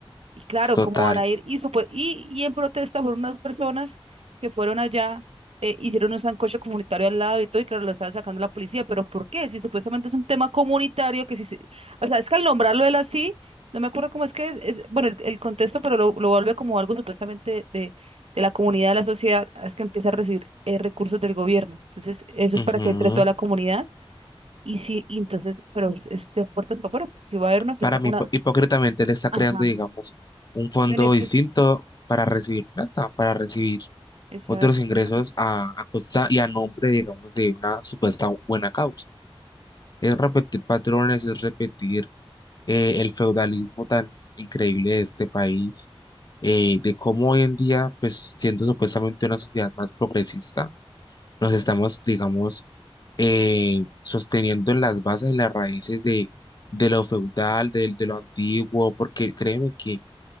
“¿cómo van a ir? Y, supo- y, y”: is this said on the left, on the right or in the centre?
Right